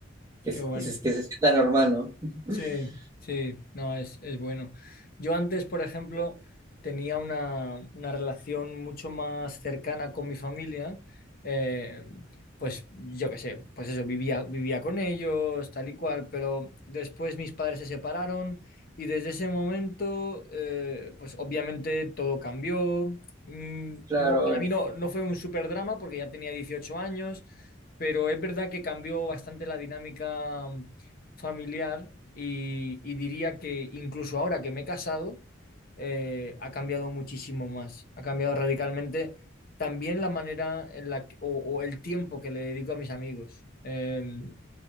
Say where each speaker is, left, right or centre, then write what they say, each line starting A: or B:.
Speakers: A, on the right; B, on the left.
A: que,
B: qué
A: se-
B: bueno.
A: que se, que se sienta normal, ¿no?
B: Sí,
A: <laughs>
B: sí, no, es, es bueno. Yo antes, por ejemplo, tenía una, una relación mucho más cercana con mi familia. eh, pues yo qué sé, pues eso, vivía, vivía con ellos, tal y cual, pero después mis padres se separaron y desde ese momento, eh, pues obviamente todo cambió. Mm,
A: Claro.
B: no, para mí no, no fue un super drama porque ya tenía 18 años, pero es verdad que cambió bastante la dinámica familiar y, y diría que incluso ahora que me he casado, eh, ha cambiado muchísimo más, ha cambiado radicalmente también la manera en la que, o, o el tiempo que le dedico a mis amigos. Eh,